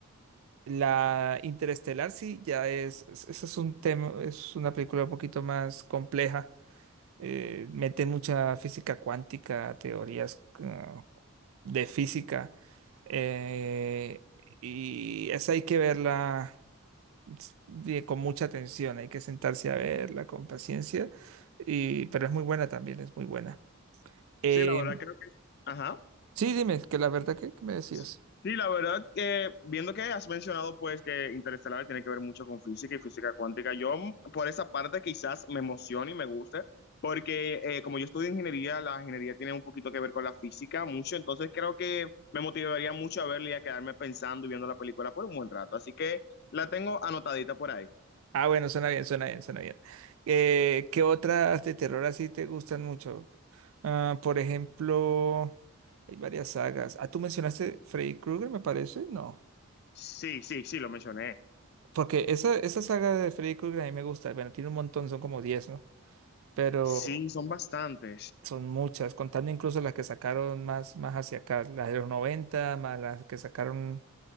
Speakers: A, on the right; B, on the left.
A: la Interestelar sí ya es, es- ese es un tema, es una película un poquito más compleja eh, mete mucha física cuántica, teorías ah, de física, eh, y esa hay que verla s- bien- con mucha atención, hay que sentarse a verla con paciencia, y, pero es muy buena también, es muy buena. Eh,
B: Sí, la verdad creo que... Ajá.
A: sí, dime, que la verdad que que me decías.
B: Sí, la verdad, que viendo que has mencionado pues que Interestelar tiene que ver mucho con física y física cuántica, yo mm, por esa parte quizás me emocione y me guste, porque eh, como yo estudio ingeniería, la ingeniería tiene un poquito que ver con la física mucho, entonces creo que me motivaría mucho a verla y a quedarme pensando y viendo la película por un buen rato, así que la tengo anotadita por ahí.
A: Ah, bueno, suena bien, suena bien, suena bien. Eh, ¿qué otras de terror así te gustan mucho? Ah, por ejemplo, hay varias sagas. Ah, tú mencionaste Freddy Krueger, me parece, ¿no?
B: Sí, sí, sí, lo mencioné.
A: Porque esa, esa saga de Freddy Krueger a mí me gusta. Bueno, tiene un montón, son como diez ¿no? Pero
B: Sí, son bastantes.
A: son muchas, contando incluso las que sacaron más, más hacia acá, las de los 90 más las que sacaron